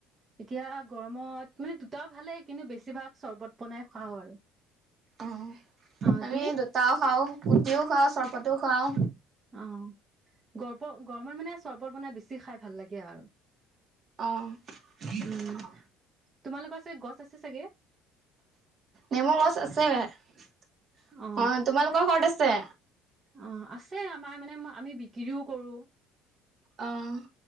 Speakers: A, on the right; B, on the right.
A: এতিয়া গৰমত মানে দুটাও ভালেই কিন্তু বেছিভাগ চৰ্বত। বনাই খাও আৰু
B: অ,
A: অ
B: আমি
A: তুমি
B: দুটাও খাওঁ কুটিও খাওঁ চৰবত পতো খাওঁ।
A: অ, গৰ গৰমত মানে চৰবত বনাই বেছি খাই ভাল লাগে আৰু।
B: অ ',
A: উম তোমালোকৰ চাগে গছ আছে চাগে।
B: নেমৰ গছ আছে অ,
A: অ
B: তোমালোকৰ ঘৰত আছে।
A: অ, আছে আমাৰ মানে আমি বিক্ৰীও কৰো।
B: অ ',